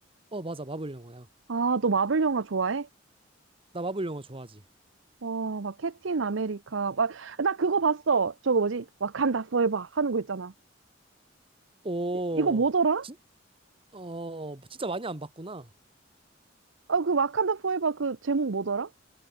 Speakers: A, on the right; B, on the right.
A: 어, 맞아. 마블 영화야.
B: 아, 너 마블 영화 좋아해?
A: 나 마블 영화 좋아하지.
B: 와, 막 캡틴 아메리카, 막, 나 그거 봤어. 저거 뭐지? 와칸다 포에버 하는 거 있잖아.
A: 오,
B: 이, 이거 뭐더라?
A: 진, 어, 진짜 많이 안 봤구나.
B: 아, 그 와칸다 포에버 그 제목 뭐더라?